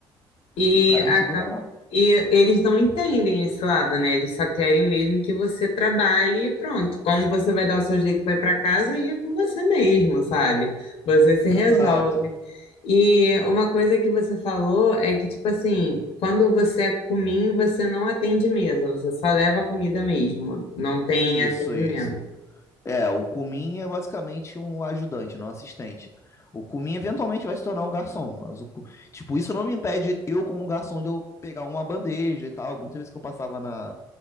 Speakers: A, on the left; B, on the left.
A: E
B: E o cara
A: acaba
B: me segurou lá.
A: e eles não entendem esse lado, né? Eles só querem mesmo que você trabalhe e pronto. Como você vai dar o seu jeito, vai para casa e é com você mesmo, sabe? Você se resolve.
B: Exato.
A: E uma coisa que você falou é que, tipo assim, quando você é cominho, você não atende mesa, você só leva a comida mesmo, não tem
B: Isso,
A: atendimento.
B: isso. É, o Kumin é basicamente um ajudante, não um assistente. O Kumin eventualmente vai se tornar um garçom, mas o Ku- tipo, isso não me impede eu como garçom de eu pegar uma bandeja e tal. Muitas vezes que eu passava na,